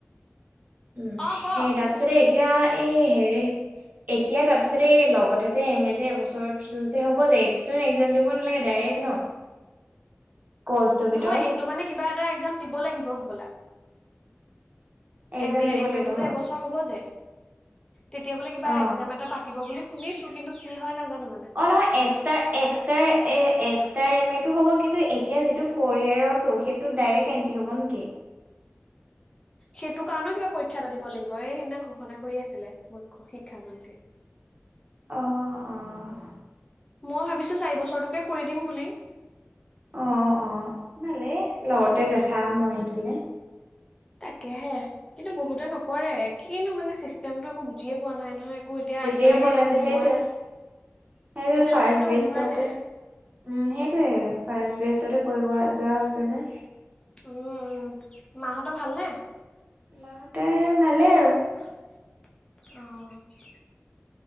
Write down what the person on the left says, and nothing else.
অ ক।
নহয়
এইটো মানে কিবা এটা এক্সাম দিব লাগিব হবলা।
এম এ
এমটো
যে
এবছৰ হ'ব যে তেতিয়া বোলে কিবা
একজাম এটা পাত দিব বুলি শুনিছো কিন্তু কি হয় নাজানো মানে।
সেইটো কাৰণেও কিবা পৰীক্ষা এটা দিব লাগিব এই সেইদিনা ঘোষণা কৰি আছিলে মুখ্য শিক্ষামন্ত্ৰীয়ে।
মই ভাবিছোঁ চাৰি বছৰটোকে কৰি দিম বুলি।
উম
তাকেহে কিন্তু বহুতে নকৰে কিনো মানে চিষ্টেমটো একো বুজিয়ে পোৱা নাই নহয়। একো এতিয়া
এতিয়ালৈকে
উলিওৱা
এতিয়ালৈকে
মানে
ওলোৱাই নাই
উম, মাহঁতৰ ভালনে?
অ'।